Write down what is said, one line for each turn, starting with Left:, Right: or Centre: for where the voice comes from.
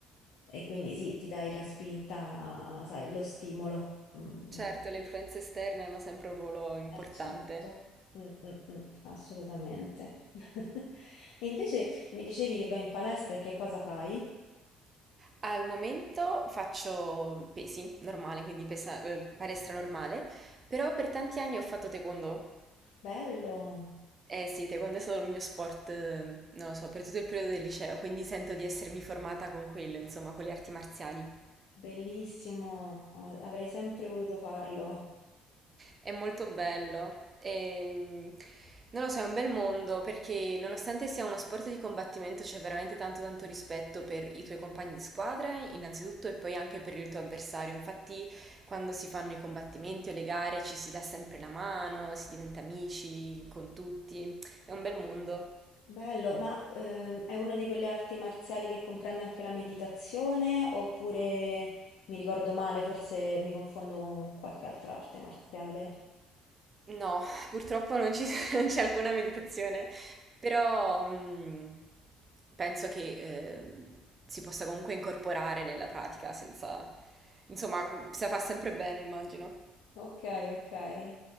Left: e quindi sì, ti dai la spinta, sai, lo stimolo. Mm.
Right: Certo, le influenze esterne hanno sempre un ruolo importante.
Left: Eh, certo. Mm, mm, mm, assolutamente. <laughs> E invece mi dicevi che vai in palestra e che cosa fai?
Right: Al momento faccio pesi, normale, quindi pesa- eh, palestra normale, però per tanti anni ho fatto taekwondo.
Left: Bello,
Right: Eh sì, taekwondo è stato il mio sport, eh, non lo so, per tutto il periodo del liceo, quindi sento di essermi formata con quello, insomma, con le arti marziali.
Left: bellissimo, a- avrei sempre voluto farlo.
Right: È molto bello e mm, non lo so, è un bel mondo perché nonostante sia uno sport di combattimento c'è veramente tanto tanto rispetto per i tuoi compagni di squadra, innanzitutto, e poi anche per il tuo avversario. Infatti, quando si fanno i combattimenti o le gare ci si dà sempre la mano, si diventa amici con tutti, è un bel mondo.
Left: Bello, ma ehm, è una di quelle arti marziali che comprende anche la meditazione oppure mi ricordo male, forse mi confondo con qualche altra arte marziale.
Right: No, purtroppo non ci- <laughs> non c'è alcuna meditazione, però mh, penso che ehm, si possa comunque incorporare nella pratica senza, insomma, mm, se la fa sempre bene, immagino.
Left: Ok, ok.